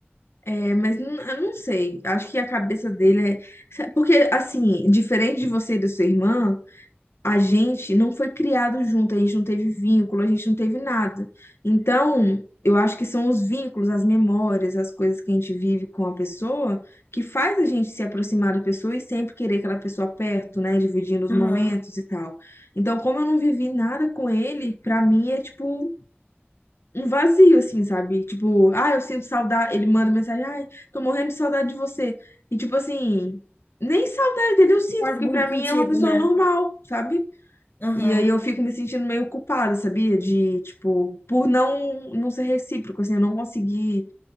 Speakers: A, on the left; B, on the left.
A: É, mas não, eu não sei, acho que a cabeça dele é. Porque, assim, diferente de você e da sua irmã, a gente não foi criado junto, a gente não teve vínculo, a gente não teve nada. Então, eu acho que são os vínculos, as memórias, as coisas que a gente vive com a pessoa que faz a gente se aproximar da pessoa e sempre querer aquela pessoa perto, né, dividindo os
B: Aham.
A: momentos e tal. Então, como eu não vivi nada com ele, pra mim é tipo um vazio assim, sabe? Tipo, ah, eu sinto saudade, ele manda mensagem, ai, tô morrendo de saudade de você. E tipo assim, nem saudade dele eu sinto,
B: Faz
A: porque
B: muito
A: pra mim
B: sentido,
A: é uma pessoa
B: né?
A: normal, sabe?
B: Aham.
A: E aí eu fico me sentindo meio culpada, sabia? De, tipo, por não, não ser recíproco, assim, eu não consegui